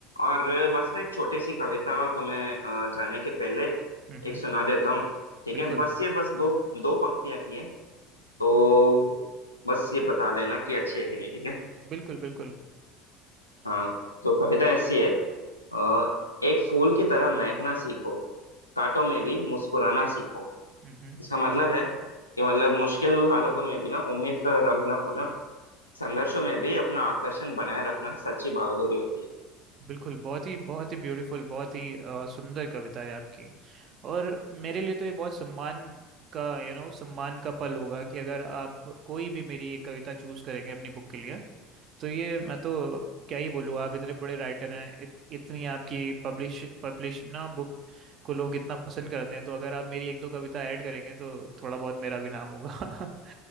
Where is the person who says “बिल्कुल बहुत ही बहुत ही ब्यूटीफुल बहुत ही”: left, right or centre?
Right